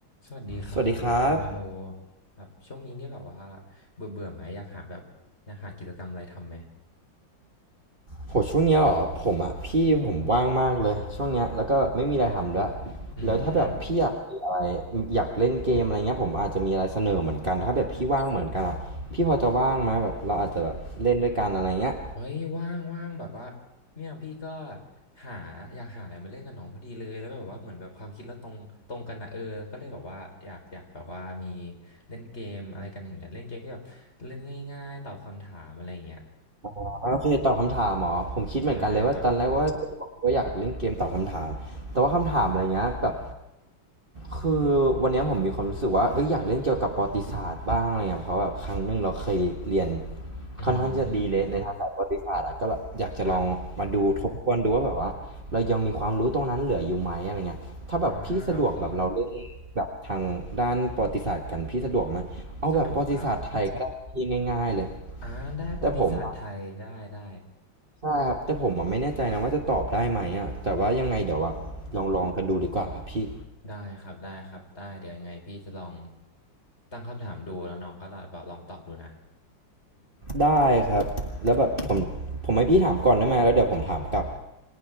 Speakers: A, on the left; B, on the right.
A: สวัสดีครับน้องวาโล
B: สวัสดีครับ
A: แบบช่วงนี้เนี่ยแบบว่าเบื่อเบื่อไหมอยากหาแบบอยากหากิจกรรมอะไรทำไหม
B: โหช่วงเนี้ยเหรอผมอ่ะพี่ผมว่างมากเลยช่วงเนี้ยแล้วก็ไม่มีอะไรทำด้วย
A: อืม
B: แล้วถ้าแบบพี่อยากมีอะไรอยากเล่นเกมอะไรเงี้ยผมอาจจะมีอะไรเสนอเหมือนกันถ้าแบบพี่ว่างเหมือนกันอ่ะพี่พอจะว่างไหมแบบเราอาจจะแบบเล่นด้วยกันอะไรเงี้ย
A: เฮ้ยว่างว่างแบบว่าเนี่ยพี่ก็หาอยากหาอะไรมาเล่นกับน้องพอดีเลยแล้วแบบว่าเหมือนแบบความคิดเราตรงตรงกันนะเออก็เลยแบบว่าอยากอยากแบบว่ามีเล่นเกมอะไรกันอย่างเงี้ยเล่นเกมที่แบบเล่นง่ายๆตอบคำถามอะไรอย่างเงี้ย
B: อ่าโอเคตอบคำถามเหรอผมคิดเหมือนกันเลยว่าตอนแรกว่า
A: ใช่ครับ
B: ก็อยากเล่นเกมตอบคำถามแต่ว่าคำถามอะไรเงี้ยแบบคือวันเนี้ยผมมีความรู้สึกว่าเอยอยากเล่นเกี่ยวกับประวัติศาสตร์บ้างอะไรเงี้ยเพราะแบบครั้งหนึ่งเราเคยเรียน
A: อืม
B: ค่อนข้างที่จะดีเลยในทางสายประวัติศาสตร์อะก็แบบอยากจะลองมาดูทบทวนดูว่าแบบว่าเรายังมีความรู้ตรงนั้นเหลืออยู่ไหมอะไรเงี้ยถ้าแบบพี่สะดวกแบบเราเล่นแบบทางด้านประวัติศาสตร์กันพี่สะดวกไหมเอาแบบประวัติศาสตร์ไทยก็ได้ครับพี่ง่ายๆเลย
A: ครับอ่าโอเคสะดวกครับอ่าได้ประวัติศาสตร์ไทยได้ได้
B: แต่ผม ใช่ครับแต่ผมอะไม่แน่ใจนะว่าจะตอบได้ไหมอ่ะแต่ว่ายังไงเดี๋ยวอะลองลองกันดูดีกว่าครับพี่
A: ได้ครับได้ครับได้เดี๋ยวยังไงพี่จะลองตั้งคำถามดูแล้วน้องก็ลองลองตอบดูนะ
B: ได้ครับแล้วแบบผมผมให้พี่ถามก่อนได้ไหมแล้วเดี๋ยวผมถามกลับ